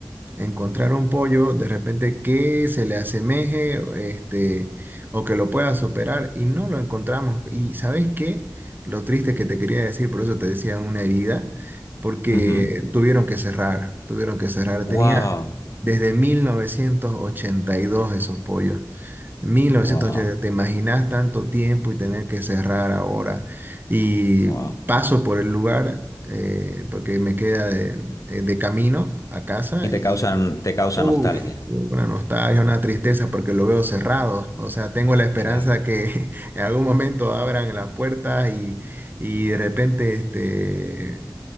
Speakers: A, on the right (about 25°); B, on the left (about 50°).
A: encontrar un pollo de repente que se le asemeje, este, o que lo pueda superar y no lo encontramos. ¿Y sabes qué? Lo triste que te quería decir, por eso te decía una herida, porque
B: ujú.
A: tuvieron que cerrar, tuvieron que cerrar.
B: Wow,
A: Mm. Tenía desde 1982 esos pollos. 1980,
B: wow,
A: ¿te imaginas tanto tiempo y tener que cerrar ahora? Y
B: wow.
A: paso por el lugar eh, porque me queda de, de camino a casa
B: Y te
A: y
B: causan, te causa
A: Uf,
B: nostalgia.
A: una nostalgia, una tristeza porque lo veo cerrado. O sea, tengo la esperanza
B: Claro,
A: que <laughs> en algún momento abran las puertas y, y de repente, este,